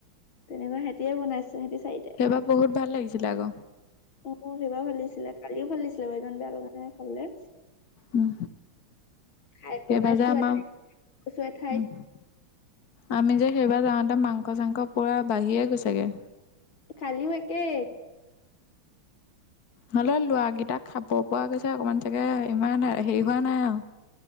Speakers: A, on the left (about 70°); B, on the left (about 50°).
A: যেনেবা সেতিয়ে বনাইছে সেহতি চাৰিটাই
B: এইবাৰ বহুত ভাল লাগিছিলে আক
A: অ সেইবাৰ ভালিছিলে কালিও ভালিছিলে বাৰু ইমান বেয়া লগা নাই খাবলে
B: উম
A: খাই
B: সেইবাৰ
A: বনাইছো
B: যে আমাৰ
A: এঠাইত গৈছো এঠাইত
B: উম আমি যে সেইবাৰ যাওঁতে মাংস চাংস পূৰা বাঢ়িয়ে গৈছেগে।
A: কালিও একেই
B: নহলে ল'ৰাকেইটা খাব পৰা গৈছে অকমান চাগে ইমান হেৰি হোৱা নাই আও